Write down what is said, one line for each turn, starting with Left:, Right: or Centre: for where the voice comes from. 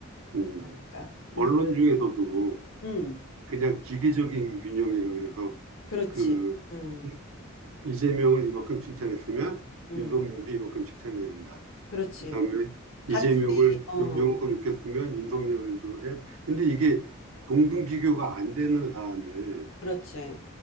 Right: 음,
Left: 그러니까
Right: 언론
Left: 음,
Right: 중에서도
Left: 음,
Right: 그냥 기계적인 균형이라 그래서
Left: 그렇지,
Right: 그
Left: 음,
Right: 이- 이재명을 이만큼 칭찬했으면
Left: 음,
Right: 윤석열도 이만큼 칭찬해야 된다.
Left: 그렇지,
Right: 그다음에
Left: 같이,
Right: 이재명을
Left: 어,
Right: 요- 요만큼 욕했으면 윤석열도 해. 근데 이게 동등 비교가 안 되는 사안을
Left: 그렇지,